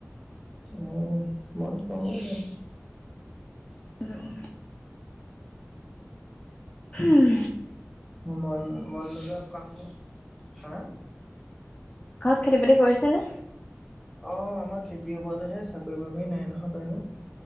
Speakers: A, in the centre; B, on the left.
A: উ, মন কমিলগে।
B: উম। হুম।
A: মন মনোযোৱাক কামবোৰ, হা?
B: ঘৰত খেতি বাতি কৰিছেনে?
A: অ' আমাৰ খেতিৰ ওপৰতহে, চাকৰি বাকৰি নাই নহক আৰু।